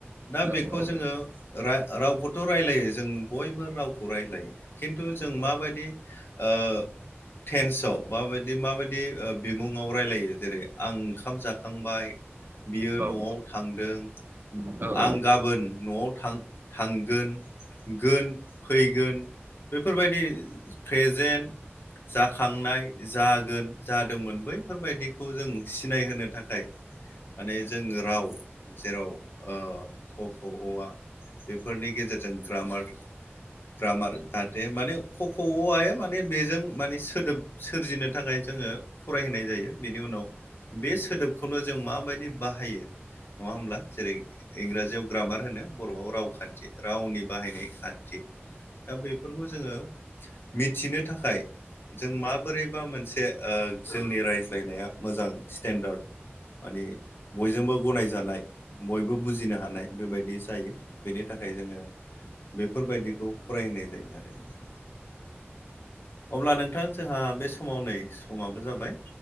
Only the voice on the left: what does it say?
दा बेखौ
जोङो रा रावखौथ' रायलायो जों बयबो रावखौ रायलायो खिन्थु जों माबायदि ओ टेन्सआव माबायदि माबायदि ओ बिमुंआव रायलायो जेरै आं ओंखाम जाखांबाय बियो
न'आव थांदों
आं गाबोन न'आव थां थांगोन गोन फैगोन बेफोरबायदि प्रेजेन्ट जाखांनाय जागोन जादोंमोन बैफोरबायदिखौ जों सिनायहोनो थाखाय माने जोङो राव जेराव ओ क ख अ आ बेफोरनि गेजेरजों ग्रामार ग्रामार जाहाथे माने क ख अ आ या माने बेजों माने सोदोब सोरजिनो थाखाय जोङो फरायहोनाय जायो बेनि उनाव बे सोदोबखौनो जों माबायदि बाहायो नङा होमब्ला जेरै इंराजियाव ग्रामार होनो बर'आव रावखान्थि रावनि बाहायनाय खान्थि दा बैफोरखौ जोङो मिथिनो थाखाय जों माबोरैबा मोनसे ओ जोंनि रायज्लायनाया मोजां स्टेन्डार्ड माने बयजोंबो गनायजानाय बयबो बुजिनो हानाय बेबायदि जायो बेनि थाखाय जोङो बेफोरबायदिखौ फरायहोनाय जायो आरो नोंथां अब्ला नोंथां जोंहा बे समाव नै समाबो जाबाय